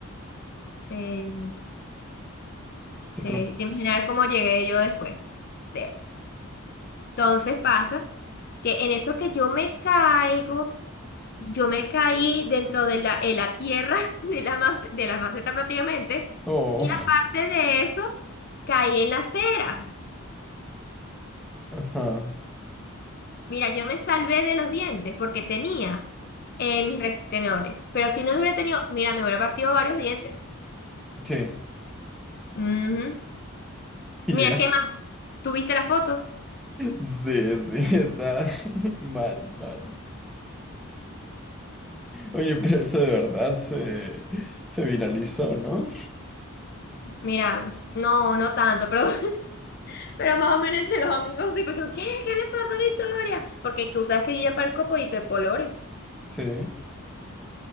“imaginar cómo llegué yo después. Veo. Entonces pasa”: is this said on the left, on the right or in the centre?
Left